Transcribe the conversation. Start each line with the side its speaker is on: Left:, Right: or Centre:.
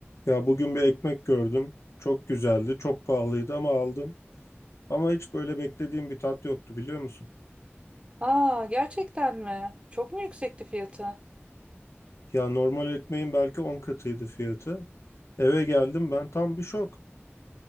Left: Ya bugün bir ekmek gördüm. Çok güzeldi, çok pahalıydı ama aldım. Ama hiç böyle beklediğim bir tat yoktu biliyor musun?
Right: Aa, gerçekten mi? Çok mu yüksekti fiyatı?
Left: Ya normal ekmeğin belki 10 katıydı fiyatı. Eve geldim ben tam bir şok.